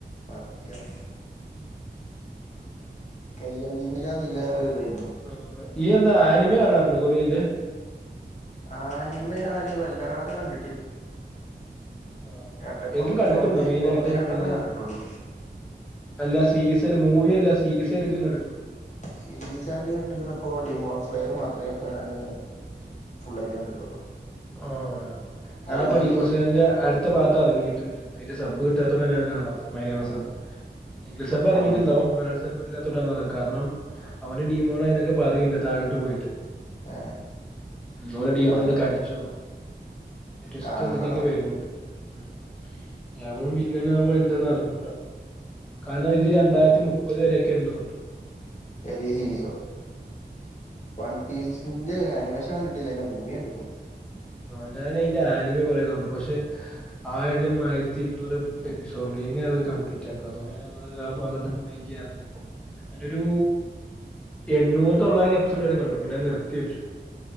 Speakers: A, on the left; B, in the centre.
A: സത്യം കയ്യണ്ടിന്നില്ല നില്ല ഇതായിരുന്നു
B: ആ ഈയെന്താ ആനിമേ കാണാറുണ്ടോ കൊറിയയില്
A: അനിമ ഞാന് വല്ലാതെ കണ്ടിട്ടി
B: ആഹ്
A: എട
B: ഏതങ്കിലും
A: കൊറച്ച്
B: കണ്ടിട്ടുണ്ടോ
A: ഒന്ന്
B: മെയിനായിട്ട്
A: ഒന്ന് രണ്ടെണ്ണം
B: മല്ലെ
A: കണ്ടിട്ടുള്ളൂ
B: അല്ല സീരീസ് അല്ല മൂവിയല്ല സീരിയസ് ആയിട്ട്ങ്കിലും കണ്ടിട്ടുണ്ടോ
A: സീരീസാൻഡ് കണ്ട് ത് പ്പോ ഡിമോൺസ്ലെയർ മാത്രമേ അപ്പ ഞാന് ഫുൾയിട്ട് കണ്ടിട്ടുള്ളൂ
B: ആഹ് ഞാൻപ്പൊ
A: അതേമാതിരി
B: ഡീമോസ്ലൈന്റെ അടുത്ത പാർട്ട് എറങ്ങീട്ട്ണ്ട് അതിന്റെ സബ് കിട്ടാത്തോണ്ട് തന്നെയാണ് കാണാത്തെ മലയാള
A: ആ
B: സബ് ഇംഗ്ലീഷ് സബ് ഇറങ്ങിട്ടുണ്ടാവും
A: വൺ
B: മലയാള സബില്ലാത്തോണ്ടാന്നത് കാരണം അവന് ഡീമോണായി എന്നൊക്കെ പറയുണ്ട് താഴോട്ട് പോയിട്ട്
A: ഏ
B: മ് ഓനെ ഡീമോനെന്തോ
A: കണ്ടിട്ടില്ല
B: കണ്ടി ചൂന്നോ ട്വിസ്റ്റ്
A: കണ്ടക്കണം
B: എന്തൊക്കെക്കെ വരുന്നുണ്ട് ഉം അവൻ വില്ലനാവോ എന്താന്ന് അറിഞ്ഞൂട കാരണം ഇത് രണ്ടായിരത്തി മുപ്പത് വരക്കെ എന്തോണ്ട്
A: ഏതീ സിസോ വൺ പീസിന്റെ ആനിമേഷൻ കണ്ടിട്ടില്ല അതിന്റെ മൂവി കണ്ട്ക്ക്ണു
B: ആഹ് ഞാൻ അയിന്റെ ആനിമ കൊറെ കണ്ട് പഷെ ആയിരം ആയിരത്തി ഇരുന്നൂറ് എപ്പിസോഡ്ണ്ട് എങ്ങനെ അത് കംപ്ലീറ്റ് ആക്കും അതോണ്ട് ഞാനാ ന്നത് കാരണം ആ ഭാഗത്തൊക്കെ മയിന്റയ്യാറില്ല ഇപ്പൊ ഞാനൊരു എണ്ണൂറ് തൊള്ളായിരം എപ്പിസോഡ് വരെ കണ്ടു പിന്നെ അത്‌ നിർത്തി വെച്ചു